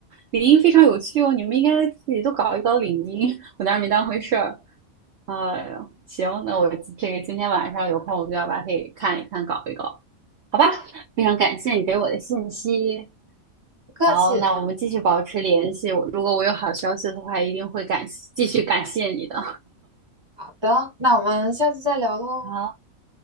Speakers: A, on the right; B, on the right.
A: 领英非常有趣哦，你们应该自己都搞一搞领英。我当时没当回事儿。哎呦，行，那我这个今天晚上有空，我就要把它给看一看，搞一搞，好吧？非常感谢你给我的信息。
B: 不客气。
A: 好，那我们继续保持联系。我如果我有好消息的话，一定会感继续感谢你的。
B: 好的，那我们下次再聊喽，
A: <laughs> 好，